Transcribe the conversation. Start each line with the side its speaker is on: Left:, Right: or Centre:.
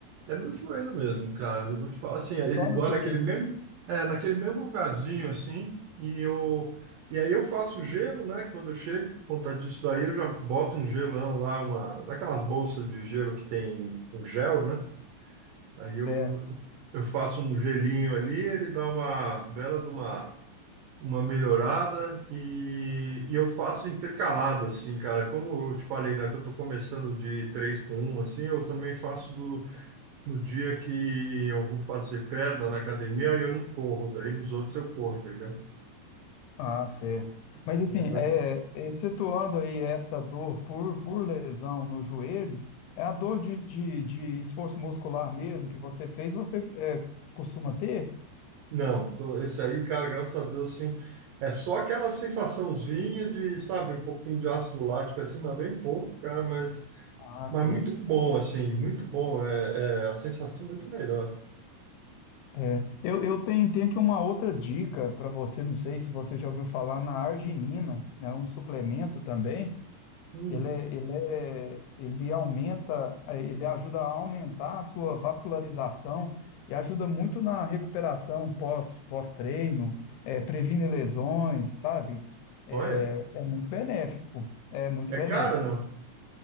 Right: É no joelho mesmo, cara. Eu vou te falar assim, ele
Left: Só
Right: dói
Left: no joelho,
Right: naquele mesmo, é, naquele mesmo lugarzinho assim, e eu e aí eu faço gelo, né? Quando eu chego, por conta disso daí, eu já boto um gelão lá, uma daquelas bolsas de gelo que tem o gel, né? Aí eu
Left: certo?
Right: eu faço um gelinho ali, ele dá uma bela de uma uma melhorada e, e eu faço intercalado assim, cara. Como eu te falei, né, que eu tô começando de 3 com um assim, eu também faço do no dia que eu vou fazer perna na academia, aí eu não corro, daí nos outros eu corro, entendeu?
Left: Ah, certo.
Right: Tô-
Left: Mas assim,
Right: tô dando-
Left: é, excetuando aí essa dor por, por lesão no joelho, é a dor de, de, de esforço muscular mesmo que você fez, você é, costuma ter?
Right: Não, tô- esse aí, cara, graças a Deus, assim, é só aquela sensaçãozinha de, sabe, um pouquinho de ácido lático, assim, mas bem pouco, cara, mas,
Left: Ah,
Right: mas
Left: certo.
Right: muito bom, assim, muito bom, é, é a sensação é muito melhor.
Left: É, eu, eu tenho, tenho aqui uma outra dica para você, não sei se você já ouviu falar na arginina, né, um suplemento também.
Right: Hum,
Left: Ele, é- ele, é- ele aumenta, eh, ele ajuda a aumentar a sua vascularização e ajuda muito na recuperação pós, pós-treino, eh, previne lesões, sabe? É,
Right: olha,
Left: é muito benéfico, é muito
Right: é
Left: benéfico.
Right: cara, não?